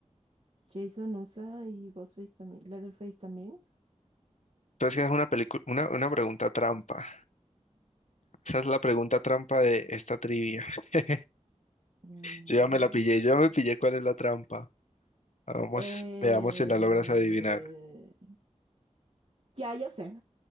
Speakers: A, on the right; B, on the left.
A: Jason usa y Ghostface también. Leatherface también.
B: Entonces, esa es una pelicu- una, una pregunta trampa. Esa es la pregunta trampa de esta trivia. <laughs>
A: Ujú.
B: Yo ya
A: Mm.
B: me la pillé, yo ya me pillé cuál es la trampa. Vamos,
A: Eh,
B: veamos si la logras adivinar.
A: ya, ya sé.